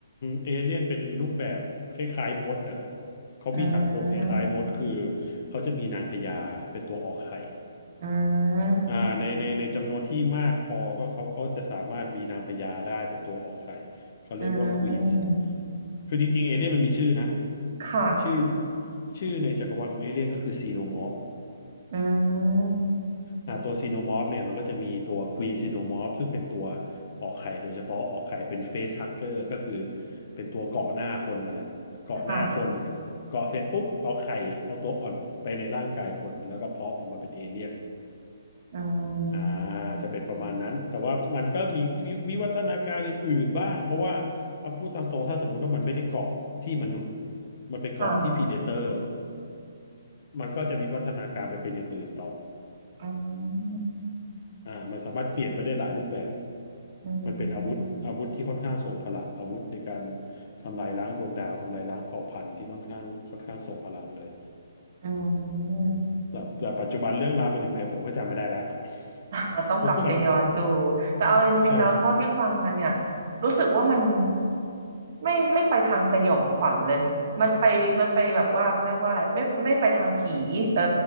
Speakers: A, on the left; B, on the right.
A: เอเลี่ยนเป็นรูปแบบคล้ายๆมดนะฮะ เขามีสังคมคล้ายๆมดคือ
B: อืม
A: เขาจะมีนางพญาเป็นตัวออกไข่
B: อืม
A: อ่าในในในจำนวนที่มากพอก็เขาเขาจะสามารถมีนางพญาได้เป็นตัวออกไข่เขาเรียกว่าควีนส์
B: อืม
A: คือจริงๆเอเลี่ยนมันมีชื่อนะ
B: ค่ะ
A: ชื่อชื่อในจักรวาลของเอเลี่ยนก็คือซีโนมอร์ฟ
B: อืม
A: อ่าตัวซีโนมอร์ฟเนี่ยมันก็จะมีตัวควีนซีโนมอร์ฟซึ่งเป็นตัวออกไข่โดยเฉพาะออกไข่เป็นเฟสฮักเกอร์ก็คือเป็นตัวเกาะหน้าคนนั่นแหละเกาะหน้าคน
B: ค่ะ
A: เกาะเสร็จปุ๊บเอาไข่เอาตัวอ่อนไปในร่างกายคนแล้วก็เพาะออกมาเป็นเอเลี่ยน
B: อื
A: อ่า
B: ม
A: จะเป็นประมาณนั้นแต่ว่ามันก็มีวิวิวัฒนาการอื่นๆบ้างเพราะว่าเอาพูดตามตรงถ้าสมมติว่ามันไม่ได้เกาะที่มนุษย์มันไปเกาะที่พรีเดเตอร์
B: ค่ะ
A: มันก็จะวิวัฒนาการไปเป็นอย่างอื่นต่อ
B: อืม
A: อ่ามันสามารถเปลี่ยนไปได้หลายรูปแบบ
B: อืม
A: มันเป็นอาวุธอาวุธที่ค่อนข้างทรงพลังอาวุธในการทำลายล้างดวงดาวทำลายล้างเผ่าพันธุ์ที่ค่อนข้างค่อนข้างทรงพลังเลย
B: อืม
A: แต่แต่ปัจจุบันเรื่องราวไปถึงไหนผมก็จำไม่ได้แล้ว
B: อ่าต้องกลับไปย้อนดู
A: <laughs> ผมว่ามัน
B: แต่เอาจริงๆแล้วเท่าที่ฟังมาเนี่ย
A: ใช่
B: รู้สึกว่ามันไม่ไม่ไปทางสยองขวัญเลยมันไปมันไปแบบว่าเขาเรียกว่าอะไรไม่ไม่ไปทางผีเออ